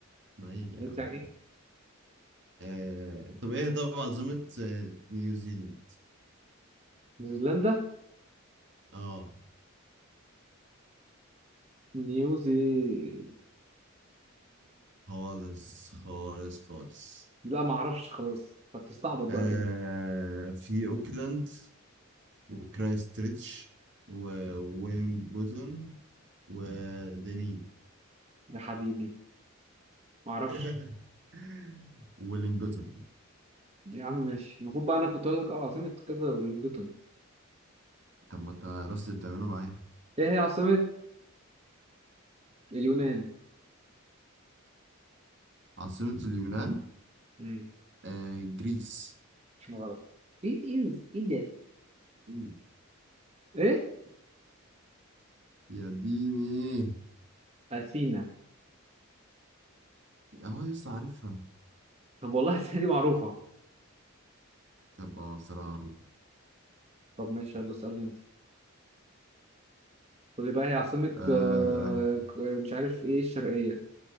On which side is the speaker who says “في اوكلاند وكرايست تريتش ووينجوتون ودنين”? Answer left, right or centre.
Right